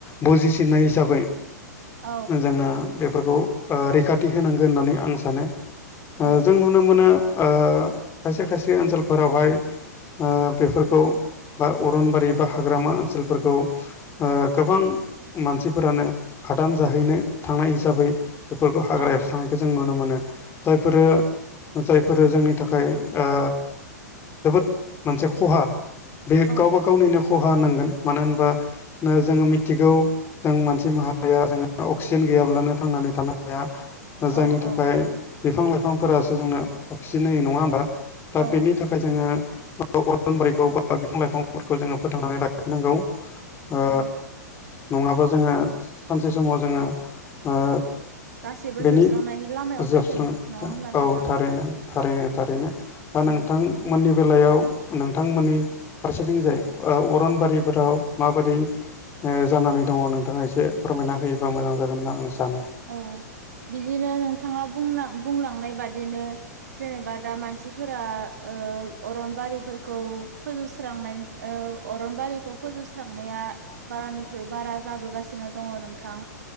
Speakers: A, on the left; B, on the right.
A: बुजिसिननाय हिसाबै
B: औ
A: जोङो बेफोरखौ ओ रैखाथि होनांगो होननानै आं सानो
B: औ
A: ओ जों नुनो मोनो ओ खायसे खायसे ओनसोलफोरावहाय ओ बेफोरखौ बा अरनबारि बा हाग्रामा ओनसोलफोरखौ ओ गोबां मानसिफोरानो हादान जाहैनो थांनाय हिसाबै बेफोरखौ हाग्रा
B: औ
A: एबस्रांनाय जों नुनो मोनो जायफोरो जायफोरो जोंनि थाखाय ओ जोबोद मोनसे खहा बे गावबा
B: औ
A: गावनिनो खहा होननांगोन मानो होनबा नो जोङो मि थिगौ जों मानसि माहारिया जोङो अक्सिजेन गैयाब्लानो थांनानै थानो हाया
B: औ
A: जायनि थाखाय
B: औ
A: बिफां लाइफांफोरासो जोंनो अक्सिजेन होयो नङा होमबा
B: औ
A: दा बेनि थाख खाय जोङो अरन बारिखौ बा बिफां लाइफांफोरखौ जोङो फोथांनानै लाखिनांगौ ओ
B: औ
A: नङाबा जोङो सानसे समाव जोङो ओ
B: गासैबो
A: बेनि
B: जोबस्रांनायनि लामायाव
A: जोबस्रां
B: फैगोन नङा होमब्ला नोंथां
A: औ थारैनो थारैनो थारैनो दा
B: औ
A: नोंथांमोननि बेलायाव नोंथांमोननि फारसेथिंजाय ओ अरनबारिफोराव माबादि ओ जानानै दङ नोंथाङा एसे फोरमायना होयोबा मोजां जागोन होनना आं सानो
B: औ बिदिनो नोंथाङा बुंनां बुंलांनाय बादिनो जेनेबा दा मानसिफोरा ओ अरनबारिफोरखौ फोजोबस्रांनाय ओ अरनबारिखौ फोजोबस्रांनाया बारानिख्रुइ बारा जाबोगासिनो दङ नोंथां